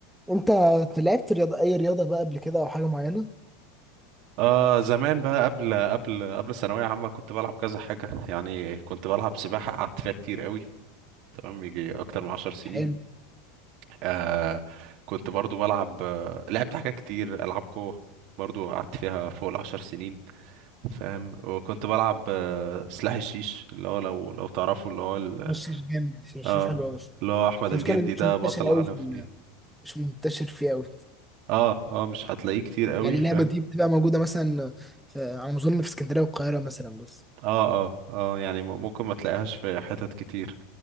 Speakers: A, in the centre; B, on the right (about 60°).
A: انت لعبت رياضه اي رياضه بقى قبل كده او حاجه معينه
B: آه زمان بقى قبل قبل قبل الثانوية عامة كنت بلعب كذا حاجة يعني كنت بلعب سباحة قعدت فيها كتير قوي تمام يجي أكتر من عشر سنين
A: حلو
B: آه كنت برضو بلعب آه، لعبت حاجات كتير ألعاب قوة برضو قعدت فيها فوق العشر سنين فاهم وكنت بلعب آه سلاح الشيش اللي هو لو لو تعرفوا اللي هو ال-
A: مشيش جامد مشيش
B: اه
A: حلو قوي
B: اللي هو أحمد الجندي
A: المشكله إن مش
B: ده
A: منتشر
B: بطل العالم
A: قوي في ال-
B: فيه
A: مش منتشر فيه قوي
B: اه اه مش هتلاقيه كتير قوي
A: يعني
B: فاهم
A: اللعبه دي بتبقى موجوده مثلا في على ما اظن في اسكندريه والقاهره مثلا بس
B: اه اه اه يعني م- ممكن ما تلاقيهاش في حتت كتير